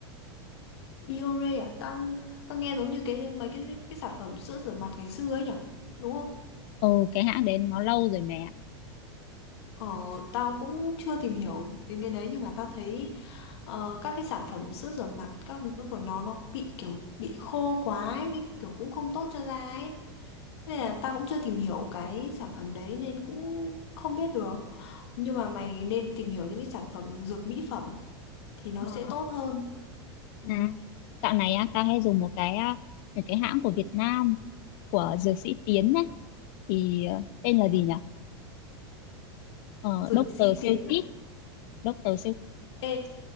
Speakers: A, on the left; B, on the left.
A: Biore à? Tao tao nghe giống như cái mấy cái cái sản phẩm sữa rửa mặt ngày xưa ấy nhở? Đúng không?
B: ừ cái hãng đấy nó lâu rồi mẹ. ạ.
A: Ờ, tao cũng chưa tìm hiểu đến cái đấy nhưng mà tao thấy ờ, các cái sản phẩm sữa rửa mặt các thứ của nó nó bị kiểu bị khô quá ấy, với kiểu cũng không tốt cho da ấy. Nên là tao cũng chưa tìm hiểu cái sản phẩm đấy nên cũng không biết được. Nhưng mà mày nên tìm hiểu những cái sản phẩm dược mỹ phẩm thì nó
B: Ờ,
A: sẽ tốt hơn. Ừ.
B: à, dạo này á tao hay dùng một cái à, một cái hãng của Việt Nam của dược sĩ Tiến ấy thì ờ, tên là gì nhỉ? Ờ,
A: Dược
B: Doctor
A: sĩ Tiến
B: Celtic,
A: à?
B: Doctor
A: Ê,